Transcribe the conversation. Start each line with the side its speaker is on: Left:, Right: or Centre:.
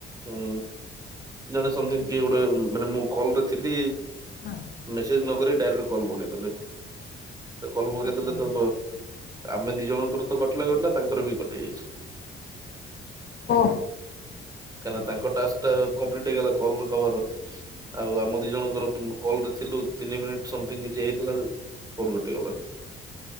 Right: ଉଁ। ଜଣେ ସନ୍ଦୀପ କିଏ ଗୋଟେ ମାନେ ମୁଁ କଲ୍ ରେ ଥିଲି।
Left: ହଁ।
Right: ମେସେଜ ନ କରି ଡାଇରେକ୍ଟ କଲ୍ ଲଗେଇଦେଲେ। କଲ ପକେଇଦେଲେ
Left: ଆଜ୍ଞା
Right: ତ ଆମେ ଦି ଜଣଙ୍କର ତ କଟିଲା କଟିଲା ତାଙ୍କର ବି କଟି ଯାଇଛି।
Left: ହଁ
Right: କାହିଁକିନା ତାଙ୍କ ଟାସ୍କ କଂପ୍ଲିଟ୍ ହେଇଗଲା କଲ ହବାର। ଆଉ ଆମ ଦି ଜଣଙ୍କର କଲ୍ ରେ ଥିଲୁ ତିନି ମିନିଟ୍ ସମଥିଙ୍ଗ କିଛି ହେଇଥିଲା ଫୋନ କଟିଗଲା।